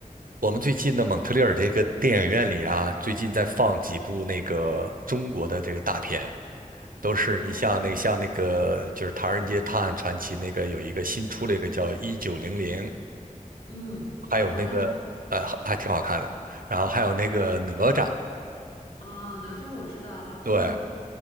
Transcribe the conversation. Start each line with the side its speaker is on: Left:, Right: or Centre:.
Right: 我们最近的蒙特利尔这个电影院里啊，最近在放几部那个中国的这个大片，
Left: 嗯，
Right: 都是你像那像那个就是《唐人街探案传奇》那个有一个新出了一个叫《一九零零》。
Left: 哦，嗯，
Right: 还有那个呃，
Left: 好看吗？
Right: 还还挺好看的。然后还有那个哪吒，
Left: 啊，哪吒我知道，好多人都
Right: 对